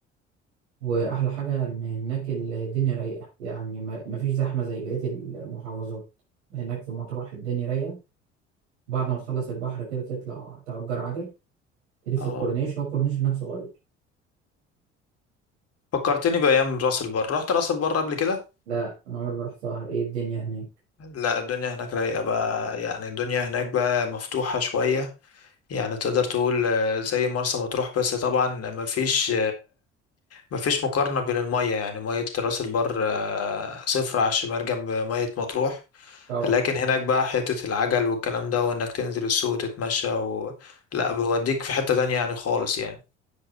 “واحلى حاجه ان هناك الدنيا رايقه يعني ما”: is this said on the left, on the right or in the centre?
Right